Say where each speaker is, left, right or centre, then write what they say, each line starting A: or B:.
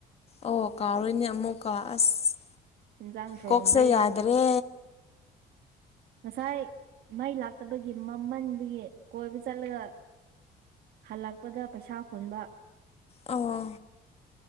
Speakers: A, on the left; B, on the right.
A: ꯑꯣ ꯀꯥꯔꯣꯏꯅꯦ ꯑꯃꯨꯛꯀ ꯑꯁ
B: ꯏꯟꯖꯥꯡ ꯊꯣꯡꯗꯦ
A: ꯀꯣꯛꯁꯦ ꯌꯥꯗ꯭ꯔꯦ
B: ꯉꯁꯥꯏ ꯃꯩ ꯂꯥꯛꯇꯕꯒꯤ ꯃꯃꯟꯗꯨꯒꯤ ꯀꯣꯏꯕ ꯆꯠꯂꯒ ꯍꯜꯂꯛꯄꯗ ꯄꯩꯁꯥ ꯍꯟꯕ
A: ꯑꯣ